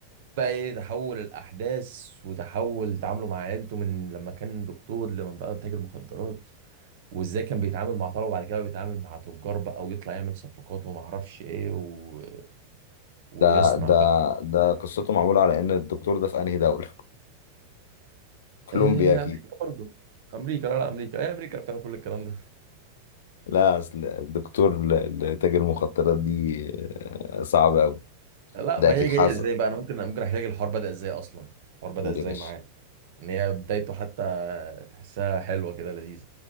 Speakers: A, on the right; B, on the left.
A: بقى ايه تحول الاحداث وتحول تعامله مع عيلته من لما كان دكتور لما بقى تاجر مخدرات وازاي كان بيتعامل مع طلبه وبعد كده بقى بيتعامل مع تجار بقى ويطلع يعمل صفقات وما اعرفش ايه و... ويصنع
B: ده ده
A: بقى
B: ده قصته معمولة على ان الدكتور ده في انهي دولة <laughs> كولومبيا
A: آه
B: اكيد
A: امريكا برضه امريكا لا لا امريكا هي امريكا بتعمل كل الكلام ده
B: لا اصل الدكتور ل- لتاجر المخدرات دي آه، صعب قوي
A: لا
B: ده
A: ما
B: اكيد
A: هي
B: حاسس
A: جايه ازاي بقى انا ممكن ممكن احكي لك الحوار بدأ ازاي اصلا الحوار بدأ
B: قول
A: ازاي
B: يا باشا
A: معاك ان هي بدايته حتى تحسها حلوه كده لذيذه